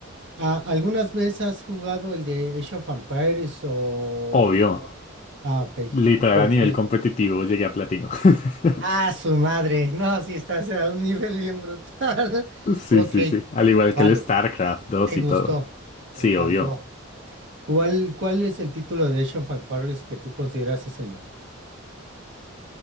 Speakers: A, on the right (about 60°); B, on the left (about 35°).
A: a- ¿Algunas veces has jugado el de Age of Empires o...
B: Obvio,
A: Ah, ok.
B: literal
A: Cu-
B: a nivel
A: cu-
B: competitivo llegué a platino. <laughs>
A: Ah, su madre. No, sí, estás a un nivel bien brutal. <laughs>
B: Sí,
A: Ok,
B: sí, sí. Al igual
A: vale.
B: que el StarCraft 2
A: Te
B: y
A: gustó.
B: todo. Sí,
A: Te encantó.
B: obvio.
A: ¿Cuál, cuál es el título de Age of Empires que tú consideras es el mejor?